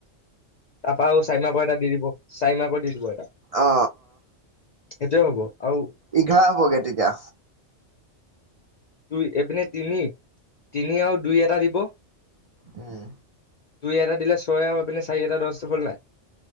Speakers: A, on the left (about 60°); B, on the right (about 70°).
A: তাৰপা চাৰি মাৰ্কৰ এটা দি দিব, চাৰি মাৰ্কৰ দি দিব এটা।
B: অ
A: সেইটোয়েই হ'ব। আৰু
B: এঘাৰ হ'বগে তেতিয়া।
A: দুই এইপিনে তিনি, তিনি আৰু দুই এটা দিব
B: উম
A: দুই এটা দিলে ছয়, আৰু এই পিনে চাৰি এটা দিলে দহ, হ'ল নে নাই।